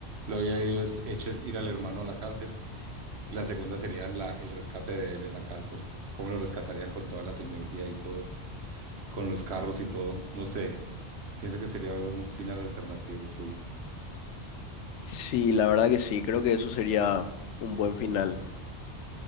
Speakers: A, on the right; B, on the left.
A: lo había ido, es- hecho es ir al hermano a la cárcel. La segunda sería la, el rescate de él en la cárcel, cómo lo rescatarían con toda la tecnología y todo, con los carros y todo, no sé, pienso que sería un final alternativo cool.
B: Sí, la verdad que sí, creo que eso sería un buen final.